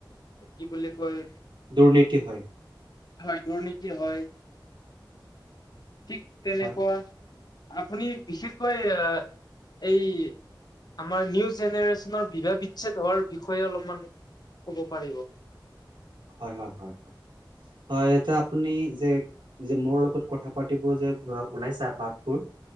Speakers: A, on the left; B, on the right.
A: কি বুলি কয়।
B: দুৰ্নীতি হয়।
A: হয় দুৰ্নীতি হয় ঠিক। তেনেকুৱা
B: হয়,
A: আপুনি বিশেষকৈ আহ এই, আমাৰ নিউ জেনেৰেচনৰ বিভাহ বিচ্ছেদ হোৱাৰ বিষয়ে অলপমান ক'ব পাৰিব।
B: হয় হয় হয় হয় হয় এতিয়া আপুনি যে, যে মোৰ লগত কথা পাতিব যে ওলাইছা বাতবোৰ